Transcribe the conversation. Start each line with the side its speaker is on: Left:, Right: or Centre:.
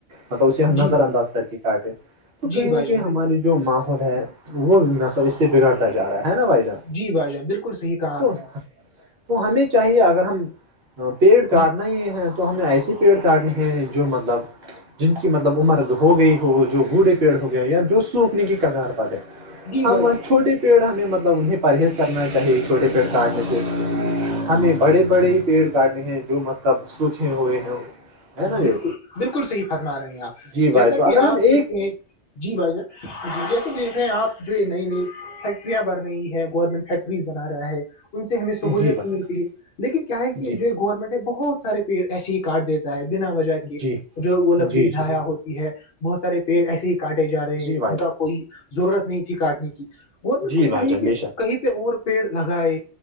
Right: مطلب اسے ہم
Left: جی
Right: نظر
Left: بھائی
Right: انداز کر کے کاٹیں تو
Left: جی
Right: کہیں
Left: بھائی
Right: نہ کہیں
Left: جان
Right: ہماری
Left: بال-
Right: جو ماحول ہے وہب اس سے بگڑتا جا ہے نا بھائی جان
Left: جی بھائی جان بالکل صحیح کہا
Right: تو
Left: آپ نے
Right: تو ہمیں چاہیے اگر ہم پیڑ کاٹنا
Left: جی
Right: ہی ہے تو ہمیں ایسی پیڑ کاٹنے ہیں جو مطلب جن کی مطلب عمر ہو گئی ہو جو بوڑھے پیڑ ہو گئے یا جو سوکھنے کی کگار پر ہے
Left: جی
Right: ہم
Left: بھائی
Right: چھوٹے پیڑ ہمیں مطلب انہیں پرہیز کرنا چاہیے چھوٹے پیڑ کا آٹے سے ہمیں بڑے بڑے پیڑ کاٹے ہیں جو مطلب سوکھے ہوئے ہیں ہے نا یہ
Left: بالکل بالکل صحیح فرما رہے ہیں آپ
Right: جی بھائی
Left: جیسا
Right: تو اگر
Left: کہ
Right: ہم
Left: آپ دیکھتے
Right: ایک
Left: ہیں جی بھائی جان جی جیسے دیکھ رہے ہیں آپ جو نئی نئی فیکٹریاں بن رہی ہے گورنمنٹ فیکٹریز بنا رہا ہے ان سے ہمیں سہوولت
Right: جی بھائی
Left: تو ملتی ہے لیکن کیا ہے کہ
Right: جی
Left: جو گورنمنٹ ہے بہت سارے پیڑ ایسے ہی کارڈ دیتے ہے بنا وجہ کے
Right: جی
Left: جو وہ لکڑی
Right: جی
Left: ضایاع
Right: جی
Left: ہوتی ہے بہت سارے پیڑ ایسے ہی کاٹے جا رہے
Right: جی
Left: ہیں ان
Right: بھائی
Left: کا
Right: جان
Left: کوئی ضرورت نہیں تھی کاٹنے کی گورنمنٹ
Right: جی
Left: کو
Right: بھائی
Left: چاہیے
Right: جان
Left: کہ
Right: بے شک
Left: کہیں پ اور پیڑ لگائے